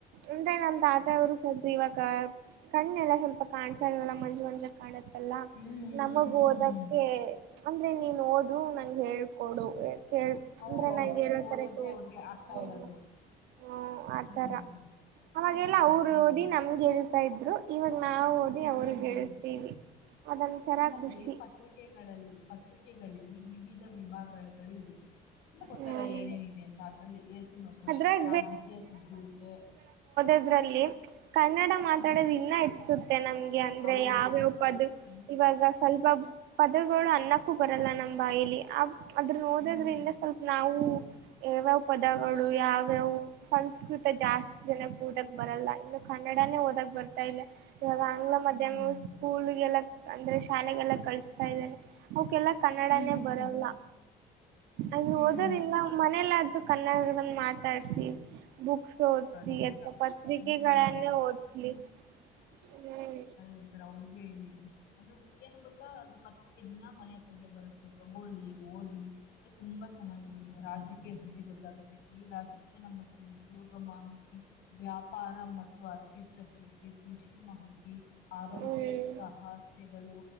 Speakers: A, on the right; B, on the left.
A: ಅಂದ್ರೆ ನಮ್ಮ ತಾತವರು ಸರು ಇವಾಗ ಕಣ್ಣೆಲ್ಲ ಸ್ವಲ್ಪ ಕಾಣ್ಸಲಲ್ವಾ. ಬಂದು ಅಂದ್ರೆ ಕಾಲದ. ಎಲ್ಲ
B: ಹ್ಮ್
A: ನಮಗ
B: ಹ್ಮ್
A: ಓದಕ್ಕೆ
B: ಹ್ಮ್ ಹ್ಮ್
A: ಅಂದ್ರೆ ನೀನ್ ಓದು ನಂಗೆ ಹೇಳ್ಕೊಡು. ಹೇಳ್
B: ಹೌದು
A: ಅಂದ್ರೆ ನಂಗ ಏನೋ
B: ನೀವು ಓದೋದು
A: ತರ ಹೇಳ್.
B: ಅವ್ರಿಗೆ ಅರ್ಥ
A: ಹ ಹ್ಮ
B: ಹೇಳೋದು
A: ಆತರ
B: ಹ್ಮ್
A: ಅವಾಗೆಲ್ಲ
B: ಹ್ಮ್
A: ಅವರು ಓದಿ ನಮ್ಗೆ ಹೇಳ್ತಾ ಇದ್ರು ಇವಾಗ ನಾವವು ಓದಿ
B: ಹ್ಮ್
A: ಅವ್ರಗ್ ಹೇಳ್ತೀವಿ. ಅದೊಂತರ
B: ನಮ್ಗೆ
A: ಖುಷಿ
B: ಪತ್ರಿಕೆಗಳಲ್ಲಿ ಪತ್ರಿಕೆಗಳಲ್ಲಿ ವಿವಿಧ. ವಿಭಾಗಗಳ ಇರುತ್ತೆ. ಎಲ್ಲಾ ಗೊತ್ತಲ್ಲ
A: ಹ್ಮ್
B: ಏನೇನಿದೆ ಅಂತ ಅದ್ರಲ್ಲಿ ಹೇಳ್ತೀನಿ ನೋಡ್ಕೊಳ್ಳಿ
A: ಅದ್ರಾಗ
B: ರಾಜಕೀಯ ಸುದ್ದಿ ಇರುತ್ತೆ.
A: ಅದರಲ್ಲಿ ಕನ್ನಡ ಮಾತಾಡೋದು
B: ಹ್ಮ್
A: ಇನ್ನ <unintelligible> ಅನ್ಸುತ್ತೆ ನಮ್ಗೆ ಅಂದ್ರೆ
B: ಹೌದು
A: ಯಾವ್ಯಾವ
B: ಅದು ಕರೆಕ್ಟ್
A: ಪದ
B: ಖಂಡಿತ
A: ಇವಾಗ ಸ್ವಲ್ಪ ಪದಗಳು ಅನ್ನ. ಕ್ಕು ಬರಲ್ಲ ನಮ್ ಬಾಯಲಿ ಅದರ್ನ ಓದೋದ್ರಿಂದ
B: ಹ್ಮ್
A: ಸ್ವಲ್ಪ ನಾವು ಯಾವ್ಯಾವ ಪದಗಳು ಯಾವ್ಯಾವ ಸಂಸ್ಕೃತ ಜಾಸ್ತಿ ಜನಕ್ ಉದಕ್ ಬರಲ್ಲ ಇನ್ನು ಕನ್ ಕನ್ನಡಾನೇ ಓದಕ್ ಬರ್ತಾ ಇಲ್ಲ ಇವಾಗ ಆಂಗ್ಲ
B: ಹ್ಮ್
A: ಮಾಧ್ಯಮ ಸ್ಕೂಲಿಗ ಎಲ್ಲಾ. ಅಂದ್ರೆ ಶಾಲೆಗೆಲ್ಲ ಕಳಿಸತಾ ಇದ್ದಾರೆ ಅವಕ್ಕೆಲ್ಲಾ ಕನ್ನಡನೇ
B: ಹ್ಮ್
A: ಬರಲ್ಲ.
B: ಹ್ಮ್
A: ಅಲ್ಲಿ ಓದೋದ್ರಿಂದ
B: ಹ್ಮ್
A: ಮನೆಯಲ್ಲಾದ್ರೂ ಕನ್ನಡ ಬಂದ್ ಮಾತಾಡ್ಸ ಬುಕ್ಸ್ ಓಚ್ಲಿ
B: ಖಂಡಿತ
A: ಅಥವಾ ಪತ್ರಿಕೆಗಳನ್ನೆ
B: ಹ್ಮ್
A: ಓಚ್ಲಿ ಹ್ಮ್
B: ನಂತರ ಅವ್ರಗೆ ಅಂದ್ರೆ ಏನ್ ಗೊತ್ತಾ ಅದು ಪತ್ರಿಕೆ ದಿನ ಮನೆ ಹತ್ತಗೆ ಬರುತ್ತೆ ತಗೊಳ್ಳಿ ಓದಿ ಅದು ತುಂಬಾ ಚೆನ್ನಾಗಿರುತ್ತೆ ರಾಜಕೀಯ ಸುದ್ದಿ ಗೊತ್ತಾಗುತ್ತೆ ಕೀಡ ಶಿಕ್ಷಣ ಮತ್ತು ಉದ್ಯೋಗ ಮಾಹಿತಿ ವ್ಯಾಪಾರ ಮತ್ತು ಅಥಿತ ಸುದ್ದಿ ಕೃಷಿ ಮಾಹಿತಿ ಆರೋಗ್ಯ
A: ಹ್ಮ್ ಹ್ಮ್
B: ಸಾಹಸ್ಯಗಳು